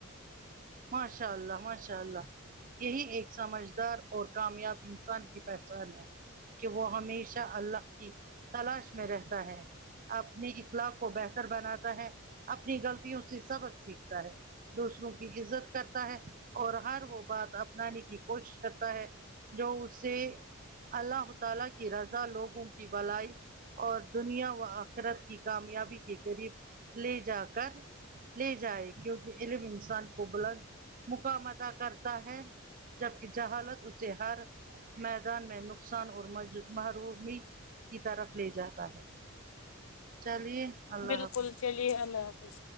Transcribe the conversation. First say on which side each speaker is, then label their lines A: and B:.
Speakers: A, on the right; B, on the left.
A: ماشاء اللہ ماشاء اللہ یہی ایک سمجھدار اور کامیاب انسان کی پہچان ہے کہ وہ ہمیشہ اللہ کی تلاش میں رہتا ہے اپنے اخلاق کو بہتر بناتا ہے اپنی غلطیوں سے سبق سیکھتا ہے دوسروں کی عزت کرتا ہے اور ہر وہ بات اپنانے کی کوشش کرتا ہے جو اس سے اللہ ہو تالی کی رضا لوگوں کی بلائی اور دنیا و آخرت کی کامیابی کے قریب لے جا کر لے جائے کیونکہ علم انسان کو بلند مقام اتا کرتا ہے جبکہ جہالت اسے ہر میدان میں نقصان اور محرومی کی طرف لے جاتا ہے چلیے اللہ
B: بالکل
A: حافظ
B: چلیے اللہ حافظ